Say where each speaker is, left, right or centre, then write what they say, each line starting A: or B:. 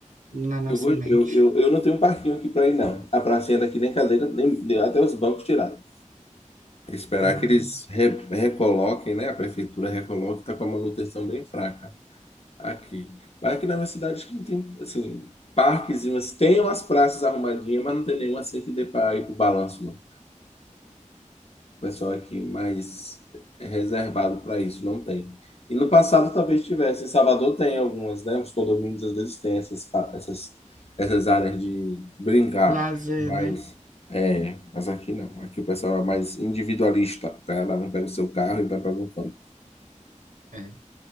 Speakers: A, on the right; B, on the left.
A: na nossa
B: Eu, go-
A: mente.
B: eu, eu, eu não tenho um parquinho aqui para ir, não. A pracinha daqui nem cadeira, nem, até os bancos tiraram. Esperar
A: Ah,
B: que eles re- recoloquem, né? A prefeitura recoloque, tá com a manutenção bem fraca aqui. Mas aqui na minha cidade acho que não tem, assim, parques, e umas- tem umas praças arrumadinhas, mas não tem nenhuma assim que dê para ir pro balanço, não. O pessoal aqui mais reservado para isso, não tem. E no passado talvez tivesse. Em Salvador tem algumas, né? Os condomínios às vezes têm essas, pa- essas, essas áreas de brincar,
A: lazer,
B: mas,
A: né?
B: é, mas aqui não. Aqui o pessoal é mais individualista. né? Cada um pega o seu carro e vai para algum canto.
A: É.